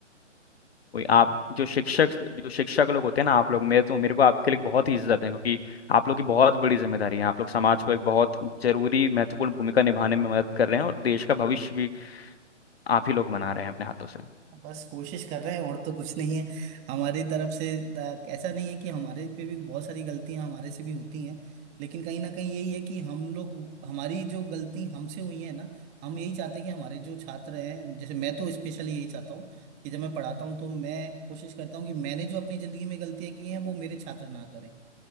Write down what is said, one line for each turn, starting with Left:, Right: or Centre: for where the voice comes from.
Left: वही
Right: तो
Left: आप जो शिक्षक जो शिक्षक लोग होते हैं ना आप लोग मेरे तो मेरे को आपके लिए बहुत ही इज्जत है क्योंकि आप लोग की बहुत बड़ी जिम्मेदारी है आप लोग समाज को एक बहुत जरूरी महत्वपूर्ण भूमिका निभाने में मदद कर रहे हैं और देश का भविष्य भी आप ही लोग बना रहे हैं अपने हाथों से
Right: बस कोशिश कर रहे हैं और तो कुछ नहीं है हमारी तरफ से त- ऐसा नहीं है कि हमारे पे भी बहुत सारी गलतियां हमारे से भी होती हैं लेकिन कहीं ना कहीं यही है कि हम लोग हमारी जो गलती हमसे हुई है ना हम यही चाहते हैं कि हमारे जो छात्र हैं जैसे मैं तो स्पेशली यही चाहता हूँ कि जब मैं पढ़ाता हूँ तो मैं कोशिश करता हूँ कि मैंने जो अपनी ज़िंदगी में गलतियाँ की हैं वो मेरे छात्र ना करें